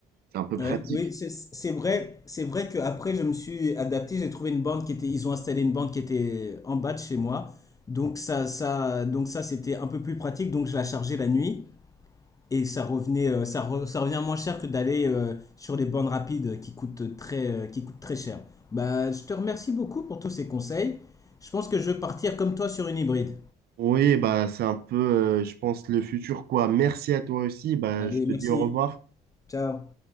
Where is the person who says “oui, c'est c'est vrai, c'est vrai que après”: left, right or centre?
Left